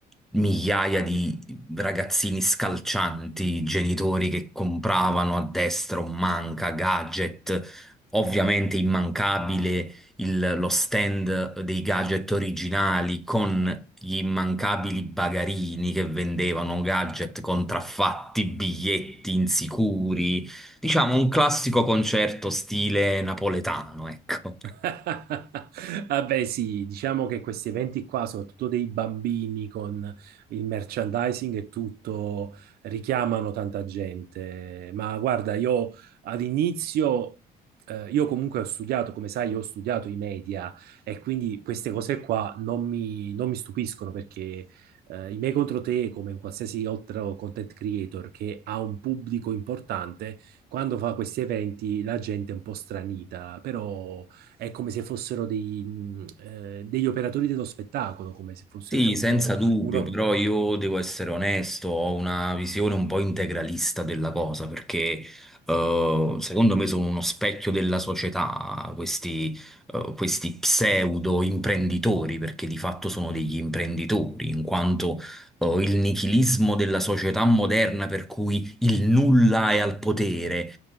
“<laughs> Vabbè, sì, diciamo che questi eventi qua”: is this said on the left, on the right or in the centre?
Right